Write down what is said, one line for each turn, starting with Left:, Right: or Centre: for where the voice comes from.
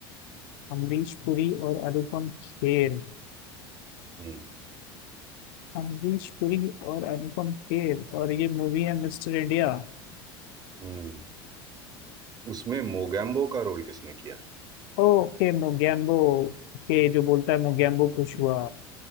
Left: अमरीश पुरी और अनुपम खेर
Right: हम्म
Left: अमरीश पुरी और अनुपम खेर और ये मूवी है mister India
Right: हम्म उसमें मोगैम्बो का रोल किसने किया
Left: Okay Mogambo okay जो बोलता है मोगैम्बो खुश हुआ